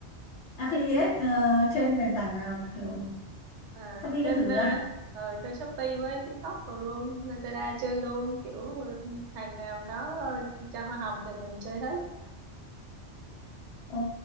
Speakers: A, on the left (about 70°); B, on the right (about 80°).
A: affiliate ờ, trên nền tảng nào kiểu
B: à,
A: Shopee cái
B: trên
A: thứ
B: ờ,
A: à?
B: ờ, trên Shopee với TikTok rồi luôn Lazada chơi luôn kiểu ờ, hàng nào có ờ, cho hoa hồng thì mình chơi hết
A: Ồ,